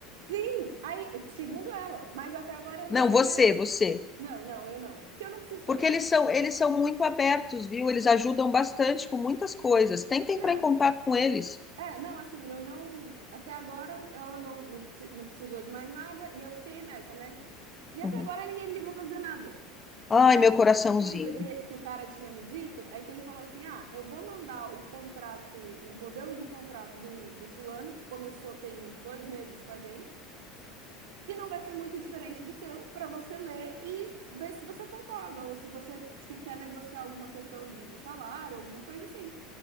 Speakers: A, on the right; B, on the left.
A: Sim, aí, segundo ela, mas até agora eu não
B: Não,
A: sei
B: você,
A: nada.
B: você.
A: Não, não, eu não, porque eu não preciso fazer
B: Porque eles
A: isso.
B: são, eles são muito abertos, viu? Eles ajudam bastante com muitas coisas. Tenta
A: Não,
B: entrar em contato com eles.
A: é, não, assim, eu não, até agora ela não, não, preci- não precisou de mais nada e eu fiquei nessa, né? E até
B: Uhum.
A: agora ninguém me ligou para dizer nada.
B: Ai,
A: E a
B: meu
A: segunda
B: coraçãozinho.
A: coisa que, que o cara tinha me dito é que ele falou assim: ah, eu vou mandar o contrato, o modelo do contrato do, do fulano, que começou tem dois meses com a gente, que não vai ser muito diferente do seu, para você ler e ver se você concorda, ou se você se quer negociar alguma questão de, de salário, alguma coisa assim.